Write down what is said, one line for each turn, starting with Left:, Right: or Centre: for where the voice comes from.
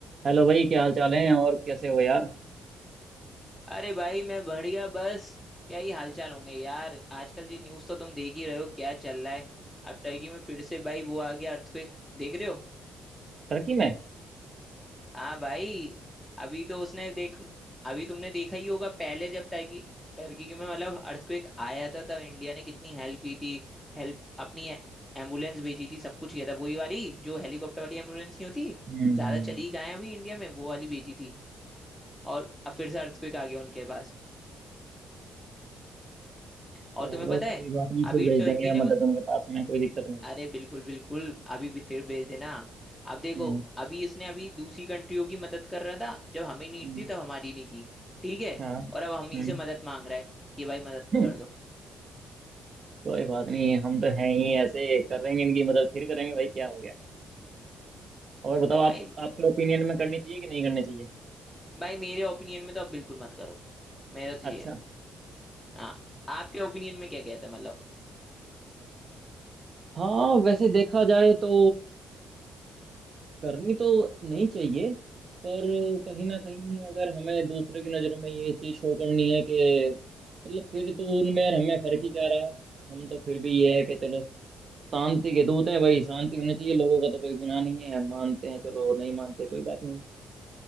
Right: Hello भाई क्या हाल चाल है और कैसे हो यार
Centre: अरे भाई मैं बढ़िया बस क्या ही हालचाल होंगे यार आजकल ये न्यूज़ तो तुम देख ही रहे हो क्या चल रहा है अब टर्की में फिर से भाई वो आ गया अर्थक्वेक देख रहे हो
Right: टर्की में
Centre: हाँ भाई अभी तो उसने देख अभी तुमने देखा ही होगा पहले जब टर्की टर्की में मतलब अर्थक्वेक आया था तब इंडिया ने कितनी हेल्प की थी हेल्प अपनी एम्बुलेंस भेजी थी सब कुछ किया था वही वाली जो हेलीकॉप्टर वाली एम्बुलेंस नहीं होती
Right: हम्म
Centre: ज्यादा चली कहाँ है अभी इंडिया में वो वाली भेजी थी और अब फिर से अर्थक्वेक आ गया उनके पास और
Right: चलो
Centre: तुम्हें पता
Right: कोई
Centre: है
Right: बात नहीं
Centre: अभी
Right: फिर भेज
Centre: टर्की
Right: देंगे
Centre: ने
Right: मदद उनके पास में कोई दिक्कत नहीं है
Centre: अरे बिल्कुल बिल्कुल अभी भी फिर भेज देना अब देखो
Right: हम्म
Centre: अभी इसने अभी दूसरी कंट्रियों की मदद कर रहा था जब हमें नीड
Right: हम्म,
Centre: थी तब हमारी नहीं की ठीक है
Right: हाँ
Centre: और अब हम ही
Right: हम्म
Centre: से मदद मांग रहा है कि भाई मदद
Right: <laughs>
Centre: कर दो
Right: कोई बात नहीं हम तो हैं ही ऐसे करेंगे इनकी मदद फिर करेंगे भाई क्या हो गया और बताओ आप
Centre: भाई
Right: आपके ओपिनियन में करनी चाहिए कि नहीं करनी चाहिए
Centre: भाई मेरे ओपिनियन में तो अब बिल्कुल मत करो मेरा तो ये
Right: अच्छा
Centre: है हाँ आपके ओपिनियन में क्या कहता है मतलब
Right: हाँ वैसे देखा जाए तो करनी तो नहीं चाहिए पर कहीं ना कहीं अगर हमें दूसरे की नज़र में ये चीज़ शो करनी है कि मतलब फिर तो उनमें और हमें फर्क ही क्या रहा हम तो फिर भी ये है कि चलो शांति के दूत हैं भाई शांति होनी चाहिए लोगों का तो कोई गुनाह नहीं है मानते हैं चलो नहीं मानते कोई बात नहीं